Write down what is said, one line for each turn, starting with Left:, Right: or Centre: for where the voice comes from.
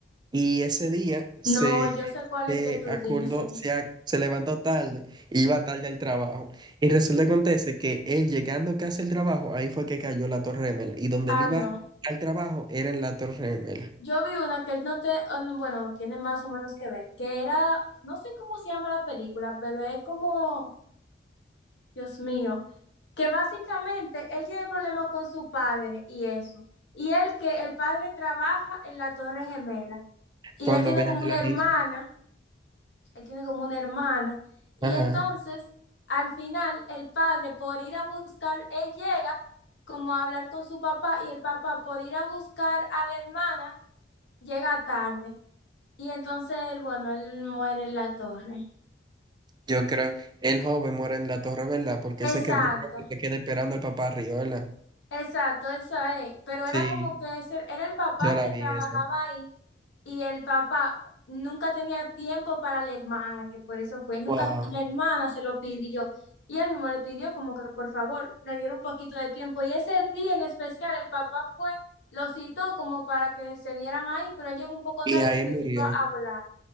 Right: y ese día se
Left: No, yo sé cuál
Right: se
Left: es que tú
Right: acordó,
Left: dices.
Right: se, ac- se levantó tarde, iba tarde al trabajo. Y resulta que acontece que él llegando casi al trabajo, ahí fue que cayó la Torre Gemela. Y donde
Left: Ah,
Right: él iba
Left: no.
Right: al trabajo era en la Torre Gemela.
Left: Yo vi una que no te, ah, no, bueno, tiene más o menos que ver, que era, no sé cómo se llama la película, pero es como, Dios mío. que básicamente él tiene problemas con su padre y eso. Y él que el padre trabaja en la Torre Gemela y
Right: Cuando
Left: él tiene
Right: viene
Left: como
Right: a ver
Left: una
Right: la misma.
Left: hermana, él tiene como una hermana. Y
Right: Ajá.
Left: entonces, al final, el padre por ir a buscar, él llega como a hablar con su papá y el papá por ir a buscar a la hermana llega tarde. Y entonces, él, bueno, él muere en la torre.
Right: Yo creo, el joven muere en la Torre, ¿verdad? Porque se
Left: Exacto,
Right: que yo creo que se queda esperando al papá arriba, ¿verdad?
Left: exacto, eso es. Pero
Right: Sí,
Left: era como que ese, era el papá
Right: yo la
Left: que
Right: vi
Left: trabajaba
Right: esa.
Left: ahí y el papá nunca tenía tiempo para la hermana, que por eso fue, nunca
Right: Wow.
Left: la hermana se lo pidió y él mismo le pidió como que por favor le diera un poquito de tiempo y ese día en especial el papá fue, lo citó como para que se vieran ahí, pero él llegó un poco
Right: Y
Left: tarde
Right: ahí
Left: porque
Right: murió.
Left: se iba a hablar.